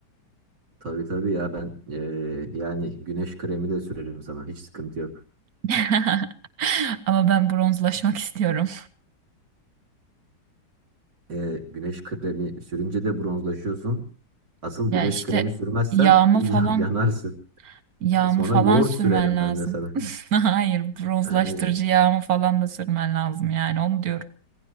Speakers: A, on the right (about 80°); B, on the right (about 60°).
A: Tabii tabii ya ben ee, yani güneş kremi de sürerim sana. Hiç sıkıntı yok.
B: <laughs> Ama ben bronzlaşmak istiyorum.
A: E, güneş kremi sürünce de bronzlaşıyorsun. Asıl
B: Ya
A: güneş
B: işte
A: kremi sürmezsen
B: yağımı
A: <laughs> ya-
B: falan
A: yanarsın.
B: yağımı
A: Sonra
B: falan
A: yoğurt
B: sürmen
A: sürerim
B: lazım.
A: ben de sana.
B: <laughs> Hayır, bronzlaştırıcı
A: Yani,
B: yağımı falan da sürmen lazım yani onu diyorum.